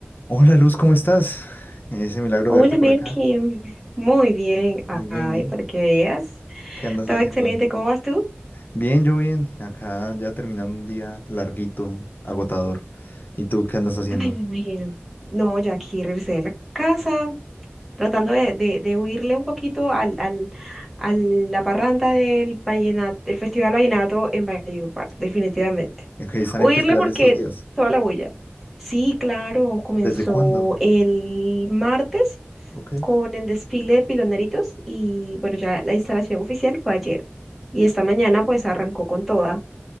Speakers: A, on the left; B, in the centre.
A: Hola Luz, ¿cómo estás? Ese milagro
B: Hola,
A: de verte por
B: Melkin.
A: acá.
B: Muy bien.
A: Muy bien,
B: Ay,
A: bien.
B: para que veas.
A: ¿Qué andas
B: Todo
A: haciendo?
B: excelente. ¿Cómo vas tú?
A: Bien, yo bien. Acá ya terminando un día larguito, agotador. ¿Y tú qué andas haciendo?
B: Ay, me imagino. No, ya aquí regresé de la casa, tratando de, de, de huirle un poquito al, al, a la parranda del vallenato, del Festival Vallenato en Valledupar, definitivamente.
A: Ok, ¿Están
B: Huirle
A: en festival
B: porque
A: estos días?
B: toda la bulla. Sí, claro, comenzó
A: ¿Desde cuándo?
B: el martes
A: Ok,
B: con el desfile de piloneritos y bueno, ya la instalación oficial fue ayer y esta mañana pues arrancó con toda.